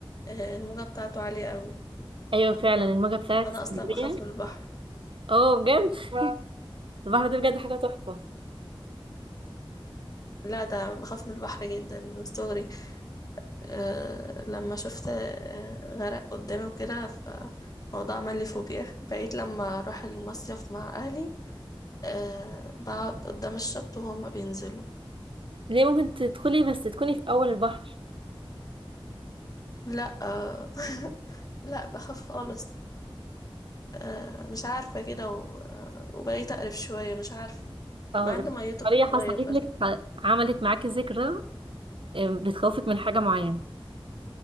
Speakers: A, on the left (about 40°); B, on the right (about 65°).
A: آه، الموجة بتاعته عالية قوي
B: ايوه فعلا الموجة بتاعت
A: وانا
B: اسكندرية
A: اصلا بخاف من البحر
B: اه بجد <laughs> واو البحر ده بجد حاجة تحفة
A: لا ده بخاف من البحر جدا من صغري أه لما شفت آه، غرق قدامي وكده فالموضوع عمل لي فوبيا بقيت لما اروح المصيف مع اهلي أه بقعد قدام الشط وهما بينزلوا
B: ليه ممكن تدخلي بس تكوني في اول البحر
A: لا أه <laughs> لا بخاف خالص أه مش عارفة كده و- آه، وبقيت اقرف شوية مش عارفة
B: او
A: مع
B: زي
A: ان ميته
B: طريقة
A: بتتغير
B: حصلت
A: بس
B: لك ح- عملت معاكي ذكرى ام، بتخوفك من حاجة معينة